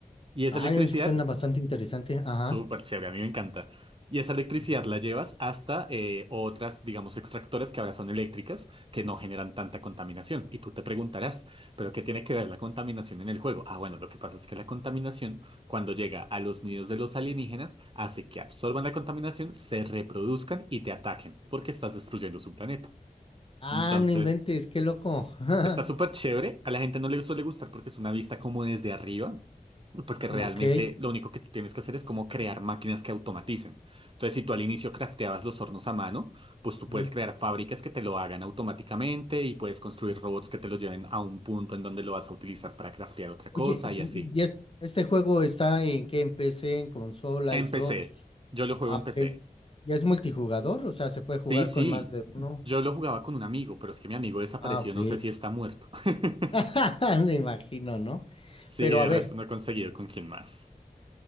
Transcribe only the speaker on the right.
Y esa
electricidad
Súper chévere, a mí me encanta. Y esa electricidad
la llevas hasta eh, otras, digamos, extractoras que ahora son eléctricas, que no generan tanta contaminación. Y tú te preguntarás, ¿pero qué tiene que ver la contaminación en el juego? Ah, bueno, lo que pasa es que la contaminación, cuando llega a los nidos de los alienígenas, hace que absorban la contaminación, se reproduzcan y te ataquen, porque estás destruyendo su planeta.
Entonces,
Está súper chévere. A la gente no le suele gustar porque es una vista como desde arriba. Pues que realmente
lo único que tú tienes que hacer es como crear máquinas que automaticen. Entonces, si tú al inicio crafteabas los hornos a mano, pues tú
puedes crear fábricas que te lo hagan automáticamente y puedes construir robots que te lo lleven a un punto en donde lo vas a utilizar para craftear otra
cosa
y así.
En
PC. Yo lo juego
en PC.
Sí, sí.
Yo lo jugaba con un amigo, pero es que mi amigo desapareció.
No sé si está muerto. <laughs>
Sí,
y de
resto no he conseguido con quién más.